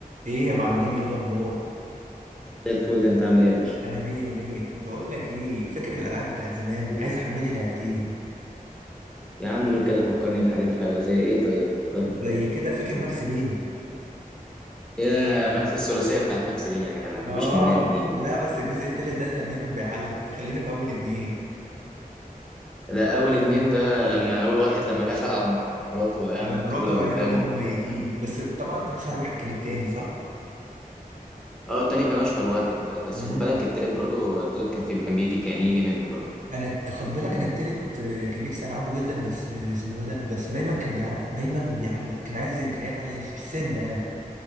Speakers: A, on the right; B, in the centre.
A: ايه يا معلمي ايه الاخبار
B: زي الفل انت عامل ايه يا باشا
A: انا مية مية بقول لك ايه فاكر الالعاب بتاعت زمان
B: مم.
A: عايز احملي لعبتين
B: يا عم قول كده فكرني بالحاجات الحلوه زي ايه طيب فكرني
A: زي
B: كده
A: كده فاكر ماكس بين
B: يا ماكس الثلاثيه بتاعت ماكس بين يا جدع مفيش
A: اه
B: منها اتنين دي
A: لا بس الجزء التالت ده كان دايما بيعلق فخلينا في اول اتنين
B: ده اول اتنين ده لما اول واحد لما دخل على مراته ولقاها
A: على
B: مقتوله
A: مراته وعياله
B: قدامه
A: اللي هم
B: وكده
A: ميتين بس طبعا كان اشهر واحد كان التاني صح
B: اه التاني كان اشهر واحد بس
A: امم
B: خد بالك التالت برضه التالت كان في كان بيجي كان يجي منه برضه
A: انا خد بالك انا التالت آه، كان نفسي العبه جدا بس آه، اسمه ايه ده بس دايما كان بيعلق دايما بيعلق كان عايز امكانيات عالية ش- سنة يعني